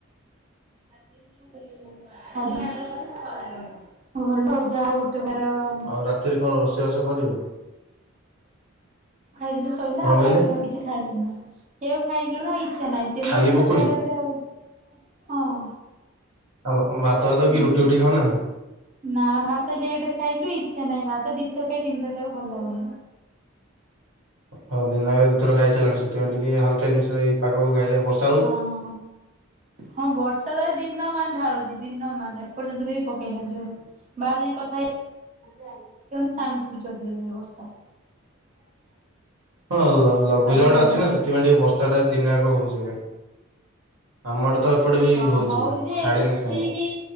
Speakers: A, on the right; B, on the right.
A: ଆ ଆଜ୍ଞା ଭଲ ଯାଅ ଗୋ କ୍ଟୋବର
B: ଆଉ ରାତିରେ କଣ ରୋଷେଇବାସ କରିବେ?
A: ଖାଇଥିଲୁ ଶଇଲା
B: କଣ
A: ଆଉ
B: କହିଲେ
A: ରାତିରେ ଆଉ କିଛି ଖାଇବାର ନାଇଁ। ସେଉ ଖାଇଥିଲ ନା ଇଛା ନାଇଁ ତେଲ
B: ଖାଲି
A: ଜିନିଷ
B: ପକୁଡି
A: ଖାଇଲା ପରେ ଆଉ ହଁ।
B: ଆଉ ଭାତ ଫାତ
A: ହଁ।
B: କି ରୁଟି ଫୁଟି ଖାଉନାହାନ୍ତି?
A: ନା ଭାତ ଲେଟ୍ ରେ ଖାଇଲୁ ଇଛା ନାଇଁ ଭାତ ଦି ଥର ଖାଇ ତିିନି ଥର ଖାଇବାକୁ ଭଲ ଲାଗୁନି।
B: ହଁ ଦିନକ ଦିଥର ଖାଇଛ। ସେଥିପାଇଁ ଟିକେ ହଲକା ଜିନିଷ ଏଇ ପାଗକୁ ଖାଇଲେ ବସା
A: ହଁ ହଁ ହଁ ବର୍ଷା ତ ଦିନ ମାନ ଢାଳୁଛି ଦିନ ମାନ। ଏର୍ଯ୍ୟନ୍ତ ବି ପକେଇଲାଣି ଜୋର୍ ରେ ବାହରେ ଯାଇଁ କଥା ହେ
B: ଆ ଆ
A: ସାଉଣ୍ଡ ଶୁଭୁଚି ଅଧିକ ଜୋର୍ ରେ ବର୍ଷା।
B: ହଁ ଲଘୁଚାପ
A: ଟପର
B: ଟା
A: ଟପର
B: ଅଛି
A: ହଉଛି।
B: ନା ସେଥିପାଇଁ ଟିକେ ବର୍ଷା ଟା ଦିନେ ଆଗ ହଉଛି ଏବେ ଆମ ଆଡେ ତ ଏପଟେ ବି
A: ହଁ
B: ହଉଛି
A: ଯେ
B: ଛାଡିିନଥା
A: ହେଲେ ଠିକି